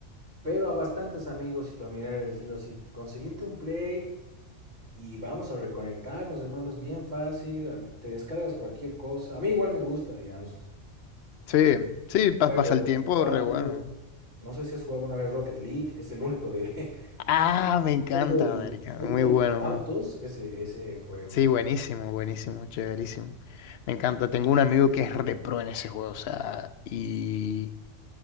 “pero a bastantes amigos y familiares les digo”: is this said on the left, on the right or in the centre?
Right